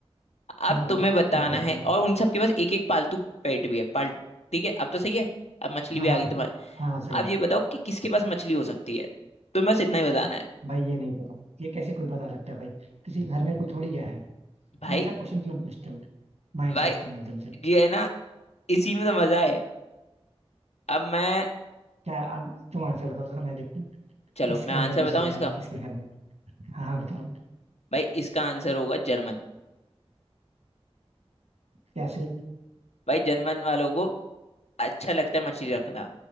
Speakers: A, on the right; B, on the left.
A: ठीक
B: अब
A: है
B: तुम्हें बताना
A: ठीक है ओके
B: है और उन सबके पास एक एक पालतू पेट भी है पाल ठीक है अब तो सही है अब मछली
A: हाँ
B: भी
A: हाँ
B: आ गई तुम्हारे
A: हाँ हाँ सही
B: अब
A: है
B: ये बताओ कि किसके पास मछली हो सकती है तुम्हें बस इतना ही बताना है
A: भाई ये नहीं पता ये कैसे कोई बता सकता है भाई किसी घर में कोई थोड़ी गया है तुम
B: भाई
A: ऐसा क्वेश्चन क्यों पूछते हो माइंड
B: भाई
A: ट्विस्टिंग एकदम से
B: ये है ना इसी में तो मजा है अब मैं
A: क्या आ, तुम आंसर बताओ जरा मैं देखता हूँ
B: चलो
A: किसके
B: मैं आंसर
A: अंदर मछली
B: बताऊं
A: है
B: इसका
A: भाई किसके घर में हाँ हाँ बताओ
B: भाई इसका आंसर होगा जर्मन
A: कैसे
B: भाई जर्मन वालों को अच्छा लगता है मछली रखना